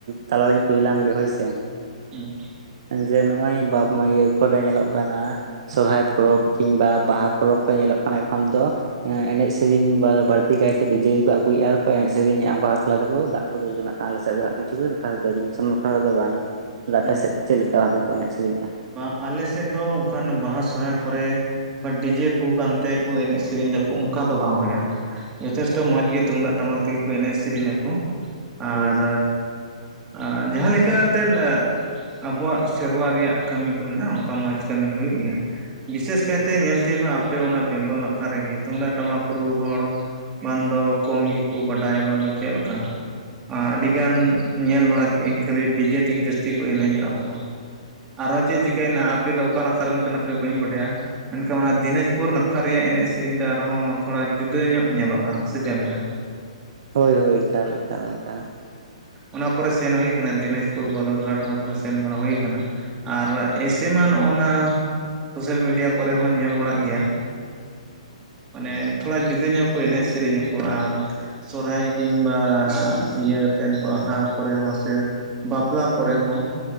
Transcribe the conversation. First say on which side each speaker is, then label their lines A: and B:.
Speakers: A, on the right; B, on the right.
A: ᱛᱟᱞᱟᱨᱤᱧ ᱠᱩᱞᱤ ᱞᱟᱢᱜᱮ ᱦᱳᱭ ᱥᱮ᱾
B: ᱦᱩᱸ᱾
A: ᱡᱮ ᱱᱚᱜᱼ-ᱚᱭ ᱵᱟᱯ ᱢᱟ ᱤᱭᱟᱹ ᱠᱚᱨᱮ ᱧᱮᱞᱚᱜ ᱠᱟᱱᱟ᱾ ᱥᱚᱦᱚᱨᱟᱭ ᱯᱚᱨᱚᱵᱽ ᱠᱤᱝᱵᱟ ᱵᱟᱦᱟ ᱯᱚᱨᱚᱵᱽ ᱠᱚᱨᱮ ᱧᱮᱞᱚᱜ ᱠᱟᱱᱟ ᱮᱠᱷᱚᱱ ᱫᱚ ᱮᱸ ᱮᱱᱮᱡ ᱥᱮᱨᱮᱧ ᱵᱟ-ᱵᱟᱹᱲ ᱛᱤ ᱠᱟᱭᱮᱛ ᱰᱤᱡᱮ ᱜᱮᱠᱚ ᱟᱜᱩᱭᱮᱜᱼᱟ ᱟᱨ ᱠᱚ ᱮᱱᱮᱡ ᱥᱮᱨᱮᱧᱮ-ᱟ ᱚᱝᱠᱟ ᱛᱟᱞᱟ ᱛᱮᱠᱚ ᱫᱟᱜ ᱠᱩ ᱫᱩᱞ ᱡᱚᱱᱟᱜ ᱠᱟᱱᱟ ᱟᱞᱮ ᱥᱮᱫ ᱫᱚ ᱦᱟᱜ ᱠᱤᱪᱷᱩ <unintelligible> ᱨᱮᱫᱚ ᱵᱟᱝ, ᱟᱯᱮ
B: ᱦᱮᱸ
A: ᱥᱮᱫ ᱪᱮᱜ ᱞᱮᱠᱟ ᱵᱷᱟᱜᱮ ᱠᱚ ᱮᱱᱮᱡ ᱥᱮᱨᱮᱧᱮᱜᱼᱟ
B: ᱵᱟᱝ ᱟᱞᱮ ᱥᱮᱜ ᱫᱚ ᱚᱱᱠᱟᱱ ᱵᱟᱦᱟ ᱥᱚᱦᱟᱭ ᱠᱚᱨᱮ ᱠᱟ ᱰᱤᱡᱮ ᱠᱩ ᱠᱟᱱ ᱛᱮ ᱠᱚ ᱮᱱᱮᱡ ᱥᱮᱨᱮᱱ ᱫᱟᱹᱠᱩ ᱚᱝᱠᱟ ᱫᱚ ᱵᱟᱝ ᱦᱩᱭᱩᱜ-ᱟ᱾ ᱡᱚᱛᱷᱮᱥᱴᱚ ᱢᱚᱸᱡᱽ ᱜᱮ ᱛᱩᱢᱫᱟᱜ ᱴᱟᱢᱟᱠ ᱛᱮᱜᱤ ᱠᱚ ᱮᱱᱮᱡ ᱥᱮᱨᱮᱧ ᱟᱠᱩ᱾ ᱟᱨ
A: ᱦᱳᱭ
B: ᱟᱸ ᱡᱟᱦᱟᱸ ᱞᱮᱠᱟ ᱛᱮᱫ ᱟᱸ ᱟᱵᱚᱣᱟᱜ ᱥᱮᱨᱣᱟ ᱨᱮᱭᱟᱜ ᱠᱟᱹᱢᱤ ᱠᱚ ᱢᱮᱱᱟᱜ-ᱟ ᱚᱝᱠᱟ ᱢᱚᱸᱡᱽ ᱠᱟᱹᱢᱤ ᱦᱩᱭᱩᱜ ᱜᱮᱭᱟ᱾ ᱵᱤᱥᱮᱥ ᱠᱟᱭᱛᱮ ᱧᱮᱞ ᱛᱤᱭᱳᱜᱚᱼᱟ ᱟᱯᱮ ᱚᱱᱟ ᱵᱮᱝᱜᱚᱞ ᱱᱟᱠᱷᱟ ᱨᱮᱜᱮ ᱛᱩᱢᱫᱟᱜ ᱴᱟᱢᱟᱠ ᱨᱩ ᱦᱚᱲ᱾ ᱵᱟᱱ ᱫᱚ ᱠᱚᱢ ᱜᱮᱠᱩ ᱵᱟᱰᱟᱭᱟ ᱵᱟᱝ ᱫᱚ ᱪᱮᱜ ᱞᱮᱠᱟ᱾ ᱟᱸ ᱟᱹᱰᱤᱜᱟᱱ ᱧᱮᱞ ᱵᱟᱲᱟ ᱠᱮᱜᱼᱟᱹᱧ ᱠᱷᱟᱹᱞᱤ ᱰᱤᱡᱮ ᱛᱮᱜᱮ ᱡᱟᱹᱥᱛᱤ ᱠᱚ ᱮᱱᱮᱡᱚᱜᱼᱟ ᱠᱚ᱾ ᱟᱨᱦᱚᱸ ᱪᱮᱜ ᱪᱤᱠᱟᱹᱭ ᱱᱟ ᱟᱯᱮ ᱫᱚ ᱚᱠᱟ ᱱᱟᱠᱷᱟ ᱨᱮᱱ ᱠᱟᱱᱟᱯᱮ ᱵᱟᱹᱧ ᱵᱟᱰᱟᱭᱟ᱾ ᱢᱮᱱᱠᱷᱟ ᱚᱱᱟ ᱫᱤᱱᱟᱡᱽᱯᱩᱨ ᱱᱟᱠᱷᱟ ᱨᱮᱭᱟᱜ ᱮᱱᱮᱡ ᱥᱮᱨᱮᱧ ᱫᱚ ᱟᱨᱦᱚᱸ ᱛᱷᱚᱲᱟ ᱡᱩᱫᱟᱹ ᱧᱚᱜ ᱧᱮᱞᱚᱜᱼᱟ, ᱥᱮ ᱪᱮᱞᱠᱟ?
A: ᱦᱳᱭ-ᱦᱳᱭ, ᱮᱠᱟᱞ, ᱮᱠᱟᱞ, ᱮᱠᱟᱞ᱾
B: ᱚᱱᱟ ᱠᱚᱨᱮ ᱥᱮᱱ ᱦᱩᱭ ᱠᱟᱱᱟ ᱫᱤᱱᱟᱡᱽᱯᱩᱨ, ᱵᱟᱞᱚᱨᱜᱷᱟᱴ ᱚᱱᱟ᱾ ᱠᱚᱨᱮ ᱥᱮᱱ ᱵᱟᱲᱟ ᱦᱳᱭ ᱠᱟᱱᱟ ᱟᱨ ᱮᱭᱥᱮᱢᱟ ᱱᱚᱜᱼᱚᱱᱟ ᱥᱳᱥᱟᱞ ᱢᱤᱰᱤᱭᱟ ᱠᱚᱨᱮ ᱦᱚᱸᱧ ᱧᱮᱞ ᱵᱟᱲᱟᱜ ᱜᱮᱭᱟ᱾ ᱢᱟᱱᱮ ᱛᱷᱚᱲᱟ ᱡᱩᱫᱟᱹ ᱧᱚᱜ ᱠᱚ ᱮᱱᱮᱡ ᱥᱮᱨᱮᱧ ᱟᱠᱚ, ᱟᱨ ᱥᱚᱨᱦᱟᱭ ᱠᱤᱢᱵᱟ ᱤᱭᱟᱹ ᱛᱮᱫ ᱵᱟᱦᱟ ᱠᱚᱨᱮ ᱦᱚᱸ ᱥᱮ ᱵᱟᱯᱞᱟ ᱠᱚᱨᱮ ᱦᱚᱸ